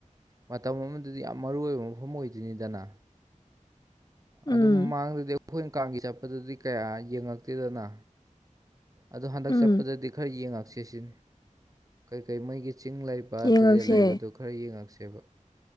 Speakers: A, on the right; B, on the left.
A: ꯃꯇꯝ ꯑꯃꯗꯗꯤ ꯌꯥꯝ ꯃꯔꯨ ꯑꯣꯏꯕ ꯃꯐꯝ ꯑꯣꯏꯗꯣꯏꯅꯤꯗꯅ
B: ꯎꯝ
A: ꯑꯗꯨ ꯃꯥꯡꯗꯗꯤ ꯑꯩꯈꯣꯏꯅ ꯀꯥꯡꯒꯤ ꯆꯠꯄꯗꯨꯗꯤ ꯀꯌꯥ ꯌꯦꯡꯉꯛꯇꯦꯗꯅ ꯑꯗꯣ ꯍꯟꯗꯛ
B: ꯎꯝ
A: ꯆꯠꯄꯗꯗꯤ ꯈꯔ ꯌꯦꯡꯉꯛꯁꯦ ꯁꯤꯅꯤ ꯀꯩꯀꯩ ꯃꯣꯢꯒꯤ ꯆꯤꯡ ꯂꯩꯕ
B: ꯌꯦꯡꯉꯛꯁꯦ
A: ꯇꯨꯔꯦꯜ ꯂꯩꯕꯗꯨ ꯈꯔ ꯌꯦꯡꯉꯛꯁꯦꯕ